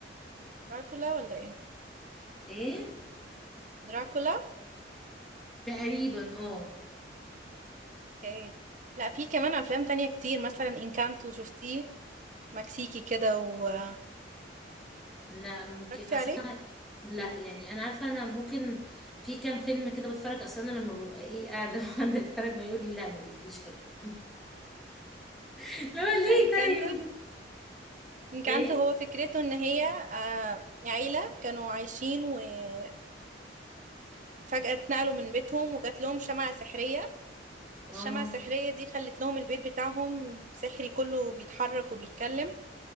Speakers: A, on the right; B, in the centre.
A: دراكولا ولا ايه
B: ايه
A: دراكولا
B: تقريبا اه
A: اوكي لا في كمان افلام تانية كتير مثلا انكانتو شفتيه مكسيكي كده واتفرجتي
B: لا ممكن اصلا
A: عليه
B: لا يعني انا عارفه انا ممكن في كام فيلم كده بتفرج اصلا انا لما ببقى ايه قاعده <laughs> وانا بتفرج ما يقول لي لا ما تجيبليش فرق <laughs> لا ليه
A: لا انكانتو
B: طيب
A: انكانتو
B: ليه إيه؟
A: هو فكرته ان هي آه، عيلة كانوا عايشين وفجأة اتنقلوا من بيتهم وجات لهم شمعة سحرية الشمعة
B: اه
A: السحرية دي خلت لهم البيت بتاعهم سحري كله بيتحرك وبيتكلم